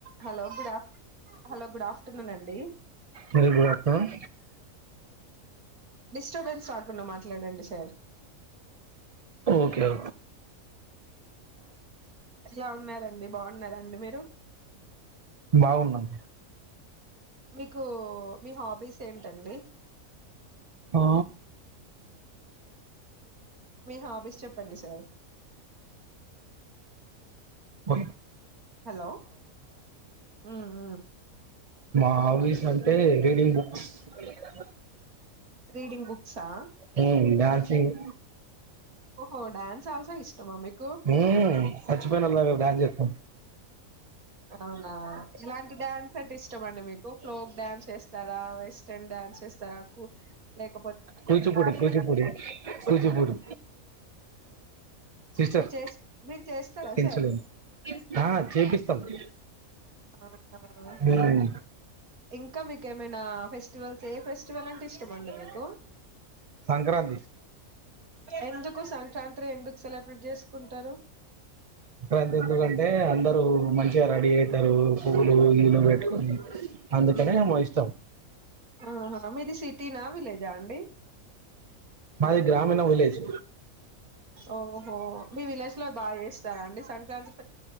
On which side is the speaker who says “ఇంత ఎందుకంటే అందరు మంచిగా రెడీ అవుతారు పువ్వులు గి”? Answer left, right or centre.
Right